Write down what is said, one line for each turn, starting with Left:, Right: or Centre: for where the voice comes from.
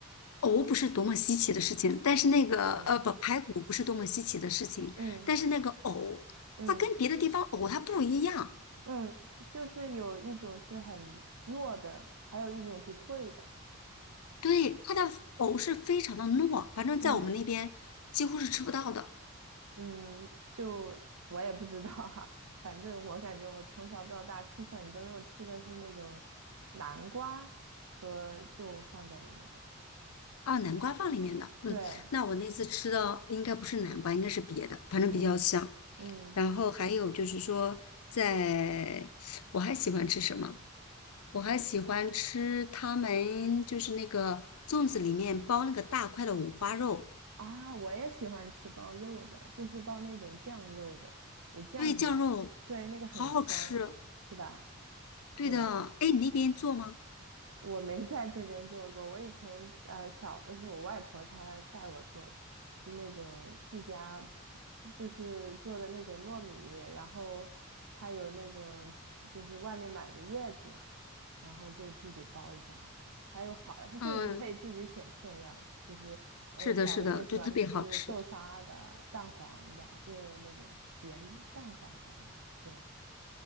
Left: 藕不是多么稀奇的事情，但是那个呃不排骨不是多么稀奇的事情，
Right: 嗯。嗯
Left: 但是那个藕它跟别的地方藕它不一样，
Right: 嗯嗯，就是有一种是很糯的，还有一种是脆的。
Left: 对，它的藕是非常的糯，反正在我们那边几乎是吃不到的
Right: 嗯嗯，就我也不知道哈，反正我感觉我从小到大吃粉蒸肉吃的是那种南瓜和就放在里面的。
Left: 啊。南瓜放里面的，嗯，
Right: 对，
Left: 那我那次吃的应该不是南瓜，应该是别的，反正比较香。
Right: 嗯嗯
Left: 然后还有就是说在，我还喜欢吃什么？我还喜欢吃他们就是那个粽子里面包那个大块的五花肉，
Right: 啊，我也喜欢吃包肉的，就是包那种酱肉的，有酱油，
Left: 对，酱肉
Right: 对，那个很香，
Left: 好好吃。
Right: 是吧？
Left: 对的，
Right: 对。
Left: 哎，你那边做吗？
Right: 我。我没在这边做过，我以前呃小的时候，我外婆她带我做的就那种自家就是做的那种糯米，然后它有那种就是外面买的叶子嘛，然后就自己包一下。还有好，它就你可以自己选馅料的，
Left: 嗯，
Right: 就是呃小的时候喜欢吃豆沙的、
Left: 是的，是的，就特别好吃。
Right: 蛋黄的，就是那种盐蛋黄好像是，对，